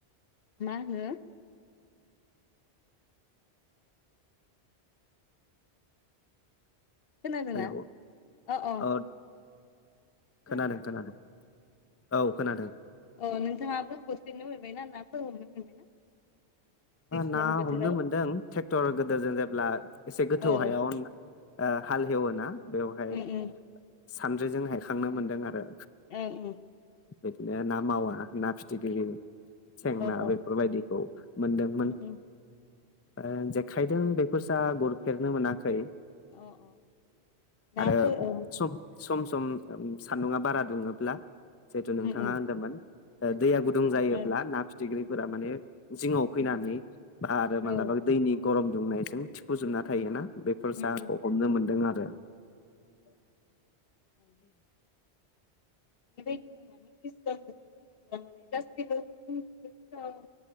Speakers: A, on the left; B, on the left.
A: मा होनो खोनादोंना
B: हेलौ
A: <unintelligible>
B: औ
A: खोनादोंना
B: खोनादों खोनादों औ खोनादों
A: अ नोंथाङाबो हरफिननो मोनबायना नााबो हमनो मोनबायना दैज्लां
B: ना
A: बोथोराव
B: हमनो मोनदों ट्रेक्टर गोदेरजों जेब्ला एसे गोथौ
A: औ
B: हायाव हाल हेवो ना बेवहाय
A: उम उम
B: सानद्रिजों हायखांनो मोनदों आरो
A: ओं ओं।
B: बिदिनो ना मावा ना फिथिख्रि सेंना
A: औ औ
B: बेफोरबायदिखौ दोंमोन
A: उम उम
B: ओ जेखायजों बेफोरजा गुरफेरनो मोनाखै।
A: अ अ नाफोर
B: आरो
A: औ
B: सम सम सम सान्दुंङा बारा दुङोब्ला जिहेतु नोंथाङा
A: उम उम
B: होनदोंमोन ओ दैया गुदुं
A: ना
B: जायोब्ला
A: औ
B: ना फिथिख्रिफोरा माने जिङाव फैनानै
A: उम
B: आरो मालाबा
A: औ
B: दैनि गरम दुंनायजों थिफुजोबना थायोना बे
A: उम
B: फोरसाहाखौ
A: उम
B: हमनो मोनदों आरो।
A: <inaudible> <inaudible> बोथोरफोराव